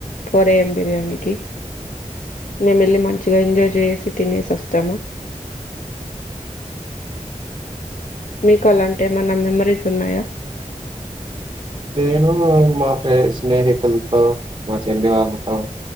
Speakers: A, on the left; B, on the right.
A: ఫోర్ ఏ యం బిర్యానీకి మేము వెళ్ళి, మంచిగా ఎంజాయ్ చేసి, తినేసి వస్తాము. మీకు అలాంటి ఏమన్నా మెమరీస్ ఉన్నాయా
B: నేను మా ప్రె స్నేహితులతో మా చెల్లి వాళ్ళతో,